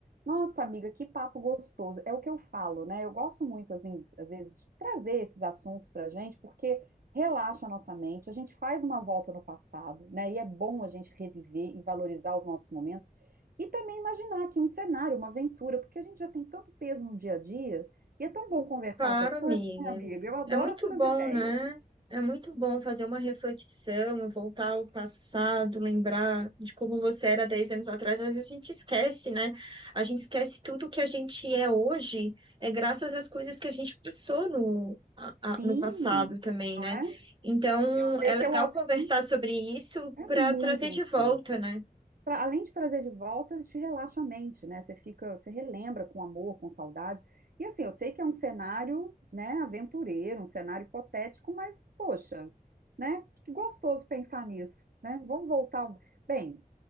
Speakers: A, on the right; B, on the right.
A: Nossa, amiga, que papo gostoso. É o que eu falo, né? Eu gosto muito, assim, às vezes, de trazer esses assuntos pra gente, porque relaxa a nossa mente, a gente faz uma volta no passado, né? E é bom a gente reviver e valorizar os nossos momentos e também imaginar aqui um cenário, uma aventura, porque a gente já tem tanto peso no dia a dia e é tão bom conversar
B: Claro,
A: essas coisas,
B: amiga.
A: né, amiga? Eu adoro
B: É muito
A: essas
B: bom,
A: ideias.
B: né? É muito bom fazer uma reflexão, voltar ao passado, lembrar de como você era 10 anos atrás. Às vezes a gente esquece, né? A gente esquece tudo que a gente é hoje, é graças às coisas que a gente passou no, a-
A: Sim,
B: a- no passado também,
A: não
B: né?
A: é?
B: Então,
A: Eu sei
B: é
A: que
B: legal
A: é o assunto,
B: conversar sobre isso
A: é
B: para
A: muito
B: trazer
A: gostoso.
B: de volta, né?
A: tra- além de trazer de volta, te relaxa a mente, né? Você fica, você relembra com amor, com saudade. E assim, eu sei que é um cenário, né, aventureiro, um cenário hipotético, mas poxa, né? Que gostoso pensar nisso, né? Vamos voltar. Bem,